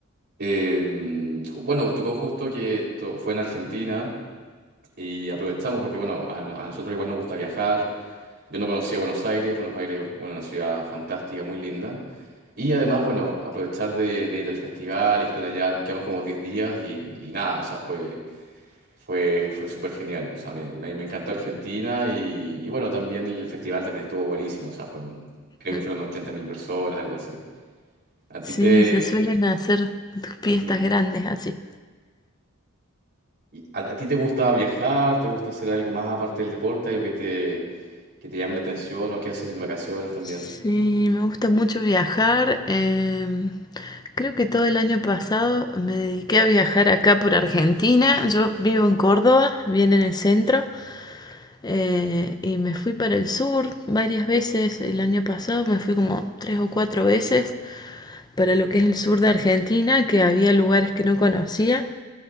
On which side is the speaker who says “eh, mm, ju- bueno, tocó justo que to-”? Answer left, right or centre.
Right